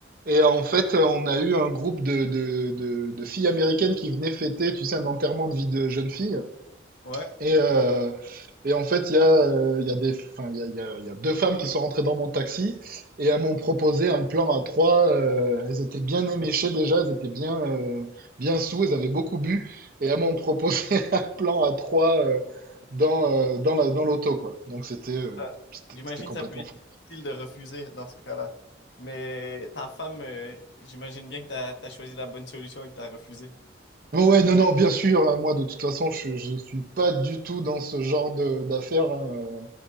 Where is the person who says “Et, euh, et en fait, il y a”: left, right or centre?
Right